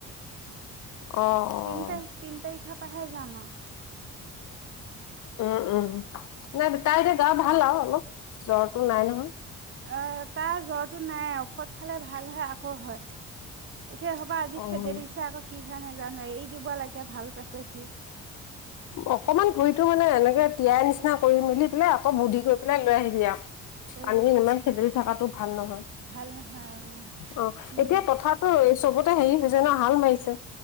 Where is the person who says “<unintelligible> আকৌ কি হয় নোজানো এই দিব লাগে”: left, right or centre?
Right